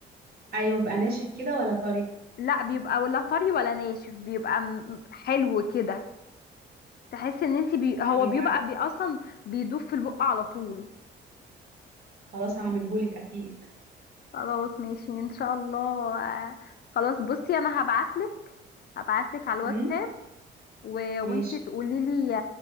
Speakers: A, on the right (about 50°); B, on the left (about 50°).
A: ايوه بيبقى ناشف كده ولا طري
B: لا بيبقى ولا طري ولا ناشف بيبقى م- حلو كده تحس ان انت بي... هو
A: ايوه
B: بيبقى
A: عارفه
B: بي اصلا بيدوب في البق على طول
A: خلاص هعملهولك اكيد
B: خلاص ماشي ان شاء الله آه، خلاص بصي انا هبعتلك هبعتلك على الواتساب
A: امم
B: و...
A: ماشي
B: وانتي تقولي لي